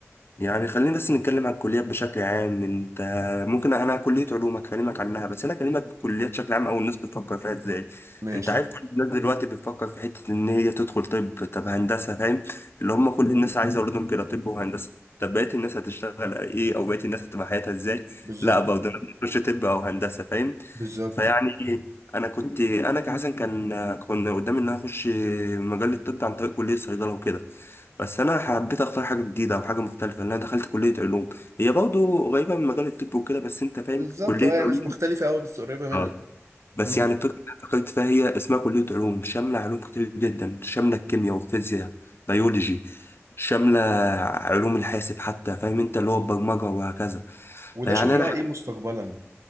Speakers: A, on the left (about 50°); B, on the right (about 80°).
A: يعني خلينا بس نتكلم عن الكليات بشكل عام انت ممكن انا كلية علوم اكلمك عنها بس انا اكلمك بالكليات بشكل عام او الناس بتفكر فيها ازاي
B: ماشي
A: انت عارف كل الناس دلوقتي بتفكر في حتة ان هي تدخل طب طب هندسة فاهم اللي هم كل الناس عايزة اولادهم كده طب وهندسة طب بقية الناس هتشتغل ايه او بقية الناس هتبقى حياتها ازاي
B: بالظبط
A: لا برضه انا بخش طب او هندسة فاهم
B: بالظبط
A: فيعني انا كنت انا كحسن كان كنا قدامي ان انا اخش مجال الطب عن طريق كلية صيدلة وكده بس انا حبيت اختار حاجه جديده او حاجه مختلفه لان انا دخلت كليه علوم هي برضه قريبه من مجال الطب وكده بس انت فاهم
B: بالظبط
A: كليه
B: اه هي
A: علوم
B: مش مختلفه قوي بس قريبه منها
A: اه بس
B: امم
A: يعني الفكره اللي أنا فكرت فيها هي اسمها كليه علوم شامله علوم كتير جدا شامله الكيمياء والفيزياء بيولوجي شامله علوم الحاسب حتى فاهم انت اللي هو البرمجه وهكذا
B: وده
A: فيعني
B: شغلها
A: انا
B: ايه مستقبلا